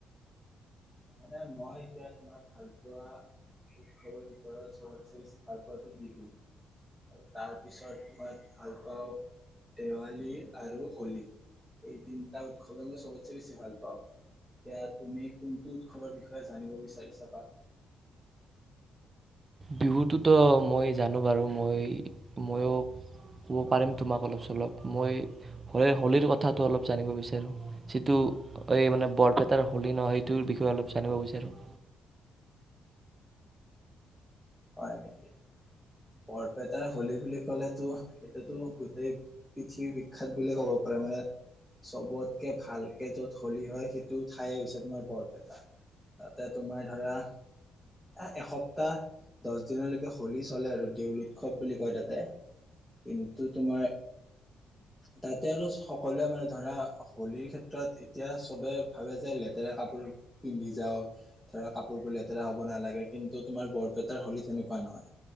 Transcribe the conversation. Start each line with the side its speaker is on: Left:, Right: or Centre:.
Centre: মানে মই এতিয়া তোমাৰ ভাল পোৱা উৎসৱৰ ভিতৰত সবতচে বেছি ভাল পাওঁতো বিহু আৰু তাৰ পিছত তোমাৰ ভাল পাওঁ দেৱালী আৰু হোলী। এই তিনিটা উৎসৱে মই সবতচে বেছি ভাল পাওঁ। এতিয়া তুমি কোনটো উৎসৱৰ বিষয়ে জানিব বিচাৰিছাবা?
Right: বিহুটোতো মই জানো বাৰু, মই ময়ো ক'ব পাৰিম তোমাক অলপ চলপ। মই হইৰ-হোলীৰ কথাটো অলপ জানিব বিচাৰোঁ যিটো এই মানে বৰপেটাৰ হোলী ন সেইটোৰ বিষয়ে অলপ জানিব বিচাৰোঁ।
Centre: হয় নেকি? বৰপেটাৰ হোলী বুলি ক'লেতো এইটোতো গোটেই পৃথিৱী বিখ্যাত বুলি ক'ব পাৰে মানে সবতকে ভালকে য'ত হোলী হয় সেইটো ঠাই হৈছে তোমাৰ বৰপেটা। তাতে তোমাৰ ধৰা এ এসপ্তাহ দশ দিনলৈকে হোলী চলে আৰু দেউল উৎসৱ বুলি কয় তাতে কিন্তু তোমাৰ তাতে আৰু সকলোৱে মানে ধৰা হোলীৰ ক্ষেত্ৰত এতিয়া সবে ভাবে যে লেতেৰা কাপোৰ পিন্ধি যাওঁ, ধৰা কাপোৰবোৰ লেতেৰা হ'ব নালাগে কিন্তু তোমাৰ বৰপেট তাৰ হলী তেনেকুৱা নহয়।